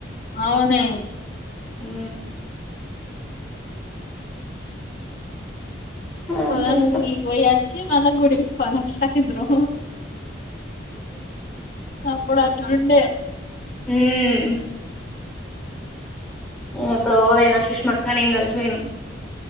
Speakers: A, on the left; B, in the centre.
A: అవునే
B: ‌ఊ హా
A: పోద
B: ఏంటో
A: స్కూల్కి పోయి వచ్చి మళ్ళ గుడికి పోని వచ్చిందిరో అప్పుడు అట్లుండే
B: మ్మ్ నేను ఎప్పుడు ఓ పోయినా సుష్మా అక్క నేను కలిసిపోయినం